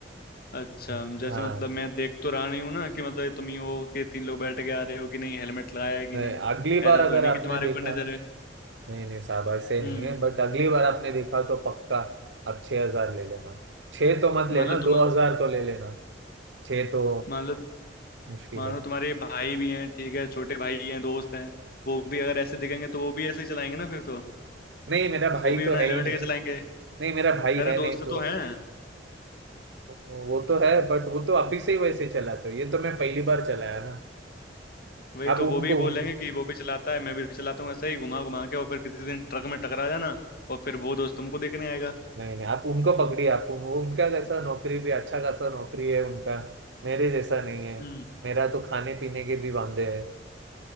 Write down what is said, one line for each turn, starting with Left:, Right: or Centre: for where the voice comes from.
Left: अच्छा
Right: हाँ
Left: जैसे मतलब मैं देख तो रहा नहीं हूँ ना कि मतलब ये तुम ही हो कि तीन लोग बैठ के आ रहे हो कि नहीं हेलमेट लगाया है कि
Right: नहीं
Left: नहीं
Right: अगली बार
Left: ऐसा
Right: अगर
Left: तो है नहीं
Right: आपने
Left: कि तुम्हारे
Right: देखा
Left: ऊपर नजर है
Right: नहीं नहीं साहब ऐसे
Left: हम्म
Right: नहीं है बट अगली बार आपने देखा तो पक्का आप छह हजार ले लेना छह तो मत लेना
Left: मान लो
Right: दो
Left: तुम
Right: हजार तो ले लेना छह तो
Left: मान लो
Right: मुश्किल
Left: मानो
Right: है
Left: तुम्हारे भाई भी हैं ठीक है छोटे भाई हैं दोस्त हैं वो भी अगर ऐसे दिखेंगे तो वो भी ऐसे ही चलाएंगे ना फिर तो
Right: नहीं मेरा भाई
Left: वो भी
Right: तो
Left: बिना
Right: है
Left: हेलमेट
Right: ही नहीं
Left: के चलाएंगे
Right: नहीं मेरा भाई
Left: अरे
Right: है
Left: दोस्त
Right: नहीं तो
Left: तो हैं
Right: वो तो है बट वो तो अभी से ही वैसे चलाते हो ये तो मैं पहली बार चलाया ना
Left: वही
Right: आप
Left: तो
Right: उनको
Left: वो भी बोलेंगे
Right: उन,
Left: कि वो भी चलाता है मैं भी चलाता हूँ ऐसे ही घुमा घुमा के और फिर किसी दिन ट्रक में टकरा जाना और फिर वो दोस्त तुमको देखने आएगा
Right: नहीं नहीं आप उनको पकड़िए आप उन, वो उनका कैसा नौकरी भी अच्छा खासा नौकरी है उनका मेरे जैसा नहीं है
Left: हम्म
Right: मेरा तो खाने पीने के भी वांदे हैं